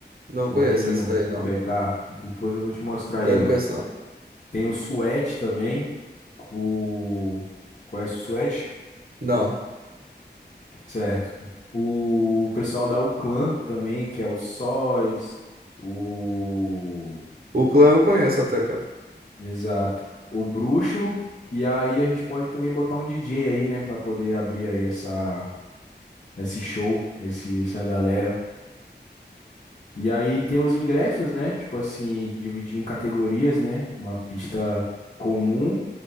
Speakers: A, on the right; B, on the left.
A: Não
B: moreninho
A: conheço esse daí, não.
B: do BK. Depois eu vou te mostrar
A: Daí
B: ele.
A: Eu não conheço, não.
B: Tem o Suete também. O. Conhece o Suete?
A: Não.
B: Certo. O pessoal da Uclan também, que é o Sóis, o.
A: O clã eu conheço até, cara.
B: Exato. O Bruxo. E aí a gente pode também botar um DJ aí, né, Pra poder abrir aí essa. esse show, esse, essa galera. E aí tem os ingressos, né? Tipo assim, dividir em categorias, né? Uma pista comum,